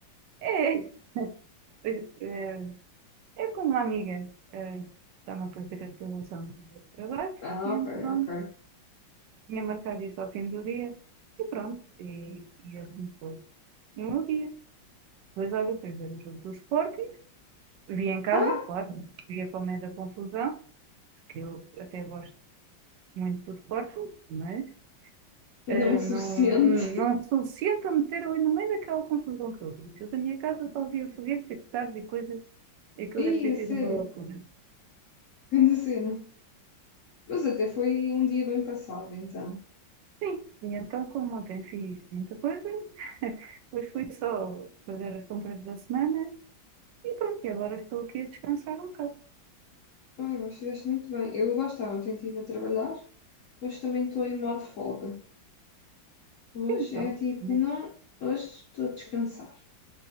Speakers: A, on the right; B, on the left.
A: É, eh, Eu com uma amiga eh, estava a fazer a apresentação do trabalho
B: Ah,
A: e então
B: ok, ok.
A: tinha marcado isso ao fim do dia e pronto, e, e assim foi. E um dia, depois olha, fui ver o jogo do Sporting, vi em casa,
B: Ah,
A: claro, via para o meio da confusão, que eu até gosto muito do Sporting, mas
B: não
A: eh,
B: o suficiente.
A: não, não sou suficiente a meter ali no meio daquela confusão toda. Eu da minha casa só via foguetes e petardos e coisas,
B: <laughs>
A: aquilo
B: Ih,
A: deve ter
B: a
A: sido
B: sério,
A: uma loucura.
B: grande cena. Mas até foi um dia bem passado, então.
A: Sim, e então, como ontem fiz muita coisa, <laughs> hoje fui só fazer as compras da semana e pronto, e agora estou aqui a descansar um bocado.
B: Olha, mas fizeste muito bem. Eu lá estava, ontem estive a trabalhar. Hoje também estou em modo folga. Hoje
A: Sim, Então,
B: é tipo,
A: né?
B: não, hoje estou a descansar.